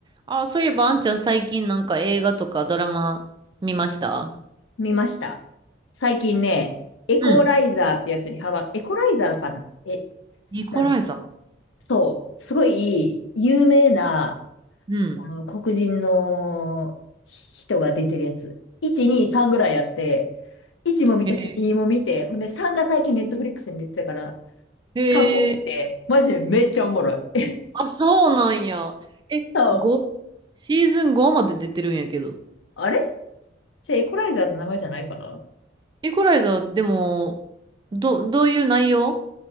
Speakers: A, on the right (about 25°); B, on the left (about 80°).
A: あ、そういえば、あんちゃん最近なんか映画とかドラマ見ました
B: 見ました。最近ね、エコライザーってやつにハマ、
A: うん。
B: エコライザーかなえ、
A: ニコライザー
B: なん、そう、すごい有名な、
A: うん。
B: あの、黒人の人が出てるやつ。1、2、3ぐらいあって、1も見たし、
A: へえ。
B: 2も見て、ほんで3が最近ネットフリックスに出てたから、
A: へえ。
B: 3も見て、マジでめっちゃおもろい。え、
A: あ、そうなんや。え、
B: そう
A: 5、シーズン5まで出てるんやけど。
B: あれじゃあエコライザーって名前じゃないかな
A: ニコライザー、でも、ど、どういう内容